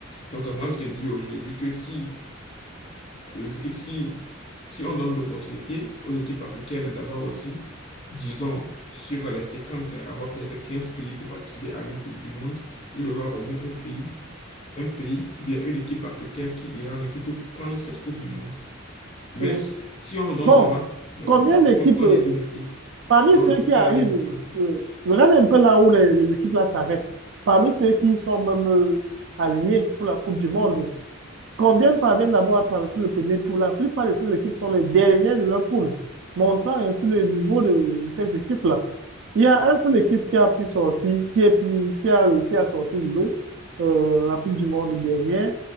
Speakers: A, on the left; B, on the right.
A: Donc, euh, moi, je te dis aujourd'hui que si les équipes, si, si on donne l'opportunité aux équipes africaines d'avoir aussi, disons, sur les 50, avoir peut-être 15 pays pour participer à une Coupe du Monde, il y aura au moins un pays, un pays, ou bien une équipe africaine qui ira, qui peut prendre cette Coupe du Monde. Mais
B: oui.
A: s- si on nous donne
B: Bon,
A: seulement quatre
B: combien
A: je
B: d'équipes,
A: pense qu'on
B: euh,
A: est limité.
B: Parmi
A: Et on
B: ceux
A: ne peut
B: qui arrivent,
A: aller. nulle part.
B: euh, regarde un peu là où les, les équipes là s'arrêtent. Parmi ceux qui sont même euh, alignés pour la Coupe du Monde, combien parviennent d'abord à traverser le premier tour? La plupart de ces équipes sont les dernières de leur poule, montrant ainsi le niveau de, de ces équipes là. Il y a un seul équipe qui a pu sortir, qui est pu- qui a réussi à sortir de l'eau euh, à la Coupe du Monde dernière.